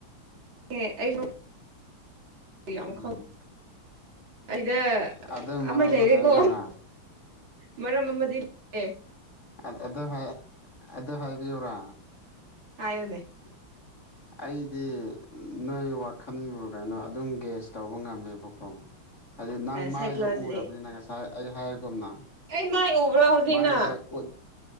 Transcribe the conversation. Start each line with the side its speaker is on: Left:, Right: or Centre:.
Right: ꯉꯥ ꯑꯩꯁꯨ
Left: ꯎꯝ
Right: ꯌꯥꯝ ꯈꯪ ꯑꯩꯗ
Left: ꯑꯗꯨ ꯃꯔꯝꯗꯣ
Right: ꯑꯃ ꯂꯩꯔꯦꯀꯣ
Left: ꯍꯥꯏꯕꯤꯌꯨꯔꯥ
Right: ꯃꯔꯝ ꯑꯃꯗꯤ ꯂꯩ
Left: ꯑꯥ ꯑꯗꯨ ꯍꯥꯏ ꯑꯗꯨ ꯍꯥꯏꯕꯤꯌꯣꯔꯥ
Right: ꯍꯥꯏꯌꯣꯅꯦ
Left: <unintelligible> ꯑꯩꯗꯤ ꯅꯣꯏ ꯋꯥꯈꯟꯕꯨ ꯀꯩꯅꯣ ꯑꯗꯨꯝ ꯒ꯭ꯦꯁ ꯇꯧꯕ ꯉꯝꯃꯦꯕꯀꯣ ꯍꯥꯏꯗꯤ ꯅꯪ ꯃꯥꯏꯗꯣ
Right: ꯁꯥꯏꯀꯣꯂꯣꯖꯤ
Left: ꯎꯔꯕꯅꯤꯅ ꯉꯁꯥꯏ ꯑꯩ ꯍꯥꯏꯒꯨꯝꯅ
Right: ꯑꯩ ꯃꯥꯏ ꯎꯕ꯭ꯔꯥ ꯍꯧꯖꯤꯛꯅ
Left: ꯃꯥꯏꯗꯨ ꯈꯔ ꯎꯠ